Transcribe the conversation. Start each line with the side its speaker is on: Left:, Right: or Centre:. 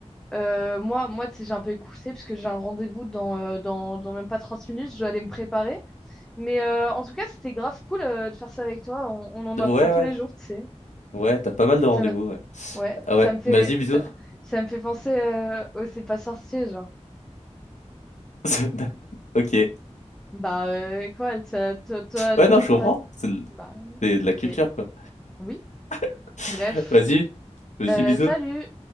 Centre: Euh, moi, moi, tu sais, j'ai un peu écouté parce que j'ai un rendez-vous dans, euh, dans, dans même pas 30 minutes. Je dois aller me préparer. Mais euh, en tout cas, c'était grave cool euh, de faire ça avec toi. On, on en apprend
Left: Ouais,
Centre: tous
Left: ouais,
Centre: les jours, tu sais.
Left: ouais. T'as pas mal de rendez-vous.
Centre: Ça, me-
Left: Ouais.
Centre: ouais,
Left: Ah
Centre: ça
Left: ouais.
Centre: me fait,
Left: Vas-y, bisous.
Centre: ça, ça me fait penser euh, au C'est pas sorcier, genre.
Left: <laughs> Ok.
Centre: Bah, euh, quoi, ça, toi, toi,
Left: Ouais, non, je comprends.
Centre: pas.
Left: C'est de
Centre: Bah,
Left: c'est de
Centre: ok.
Left: la culture, quoi.
Centre: Oui.
Left: <laughs>
Centre: Bref.
Left: Vas-y, vas-y,
Centre: Euh,
Left: bisous.
Centre: salut!